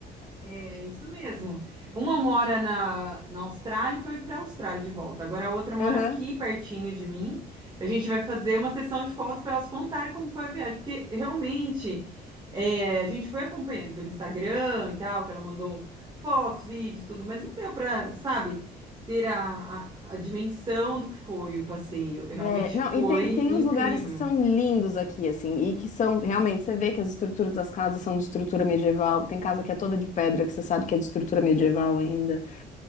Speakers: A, on the right; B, on the left.
A: é isso mesmo. Uma mora na, na Austrália e foi para a Austrália de volta. Agora a outra mora
B: <laughs> Aham.
A: aqui, pertinho de mim. A gente vai fazer uma sessão de fotos para elas contarem como foi a viagem, porque realmente é, a gente foi acompanhando pelo Instagram e tal, que ela mandou fotos, vídeos, tudo, mas não deu para, sabe, ter a, a, a dimensão do que foi o passeio. Realmente
B: É, não,
A: foi
B: e tem, tem
A: incrível.
B: uns lugares que são lindos aqui, assim, e que são realmente, você vê que as estruturas das casas são de estrutura medieval, tem casa que é toda de pedra, que você sabe que é de estrutura medieval ainda.